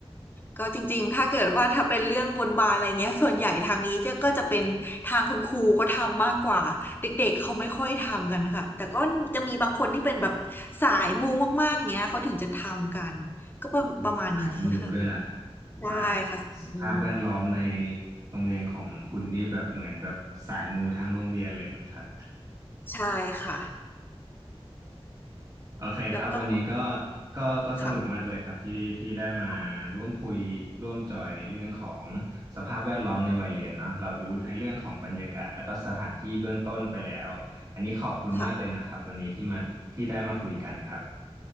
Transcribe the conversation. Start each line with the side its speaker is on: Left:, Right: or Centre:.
Left: ก็จริงๆถ้าเกิดว่าถ้าเป็นเรื่องบนบานอะไรเงี้ยส่วนใหญ่ทางนี้จะก็จะเป็นทางคุณครูเขาทำมากกว่าเด็กๆเขาไม่ค่อยทำกันค่ะแต่ก็จะมีบางคนที่เป็นแบบสายมูมากๆอย่างเงี้ยเขาถึงจะทำกันก็ประประมาณนี้ค่ะ
Right: อืมมีสายมูด้วยล่ะครับ
Left: ได้ค่ะสายมู
Right: ว่าสภาพแวดล้อมในโรงเรียนของคุณนี่แบบเหมือนแบบสายมูทั้งโรงเรียนเลยไหมครับ
Left: ใช่ค่ะ
Right: <laughs> โอเคครับวันนี้ก็
Left: แล้วก็
Right: ก็ก็สนุกมากเลยครับที่ที่ได้มาร่วมคุยร่วมจอยในเรื่องของ
Left: ค่ะค่ะ
Right: สภาพแวดล้อมในวัยเรียนเนาะเรารู้ในเรื่องของบรรยากาศแล้วก็สถานที่เบื้องต้นไปแล้วอันนี้ขอบคุณมากเลยนะครับวันนี้ที่มาที่ได้มาคุยกันครับ
Left: ค่ะ